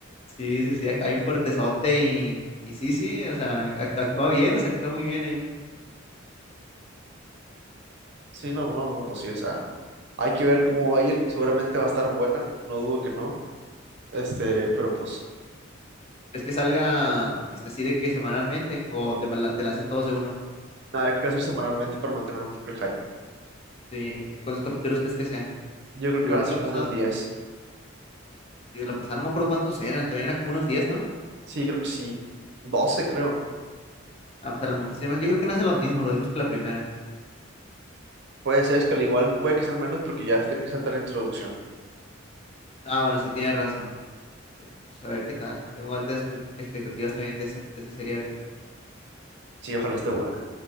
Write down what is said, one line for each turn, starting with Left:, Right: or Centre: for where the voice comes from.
Left: Sí, sí, sí, acá hay un fuertezote y, y sí, sí, o sea, act- actúa bien, o sea, actúa muy bien ahí.
Right: Sí, no, no, no, pues sí, o sea, hay que ver cómo va a ir. Seguramente va a estar buena, no dudo que no. Este,
Left: Sí.
Right: pero pues,
Left: ¿Crees que salga este, así de que semanalmente o te, mal- te lancen todos de uno?
Right: nada, yo creo que va a ser semanalmente para mantener un poco el hype.
Left: Sí. ¿Y cuántos capítulos crees que sean?
Right: Yo creo
Left: Igual
Right: que van a
Left: que
Right: ser
Left: la
Right: como
Left: pasada.
Right: unos diez
Left: Sí, de la pasada no me acuerdo cuántos eran, también eran como unos diez ¿no?
Right: Sí, creo que sí. doce creo.
Left: Ah, pues a lo mo- sí, yo creo que no hacen los mismos, lo mismos que la primera.
Right: Puede ser, es que al igual puede que sean menos porque ya se tiene que saltar la introducción.
Left: Ah, bueno, sí tienes razón. Este, pues a ver qué tal. Tengo altas expect- expectativas también de esa, de esa serie, a ver qué tal.
Right: Sí, ojalá esté buena.